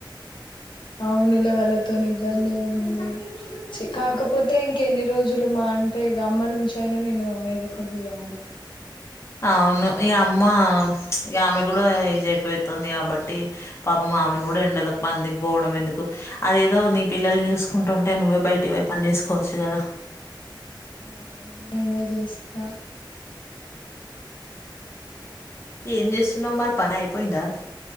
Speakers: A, on the left; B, on the left.
A: అవును <unintelligible> వాళ్ళతో ఇబ్బంది ఉంది కాకపోతే ఇంకెన్ని రోజులు మా అంటే ఇగ అమ్మ నుంచి అయినా నేను ఏదోక్కటి జేయాలి
B: అవును ఈ అమ్మ ఈ ఆమె కూడా <unintelligible> పోతుంది కాబట్టి పాపం ఆమె కూడా ఎండలకు కాబట్టి పందిపోవడం ఎందుకు అది ఏదో నీ పిల్లల్ని చూసుకుంటుంటే నువ్వే బయటి పోయి పని చేేసుకోవచ్చు కదా
A: ఆ నేనే చేస్తా
B: ఏం చేస్తున్నావు మరి పని అయిపోయిందా